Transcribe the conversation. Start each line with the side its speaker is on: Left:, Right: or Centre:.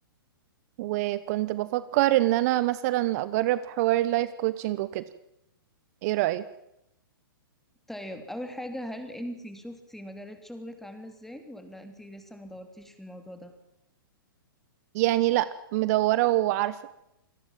Right: وكنت بفكر ان انا مثلا اجرب حوار لايف كوتشنج وكده ايه رأيك
Centre: طيب اول حاجه هل انتي شفتي مجالات شغلك عامله ازاي ولا انتي لسه ما دورتيش في الموضوع ده
Right: يعني لا مدورة وعارفة